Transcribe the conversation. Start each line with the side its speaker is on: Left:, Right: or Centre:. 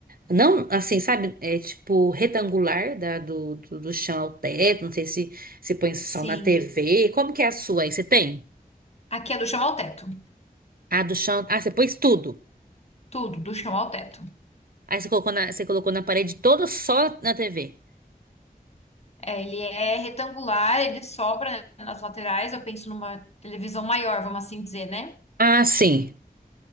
Right: Não, assim, sabe? É tipo retangular da, do, do, do chão ao teto. Não sei se, se põe só
Left: Sim.
Right: na TV. Como que é a sua aí? Você tem?
Left: Aqui é do chão ao teto.
Right: Ah, do chão. Ah, você pôs tudo.
Left: Tudo, do chão ao teto.
Right: Aí você colocou na, você colocou na parede toda só na TV.
Left: É, ele é retangular, ele sobra, né, nas laterais. Eu penso numa televisão maior, vamos assim dizer, né?
Right: Ah, sim.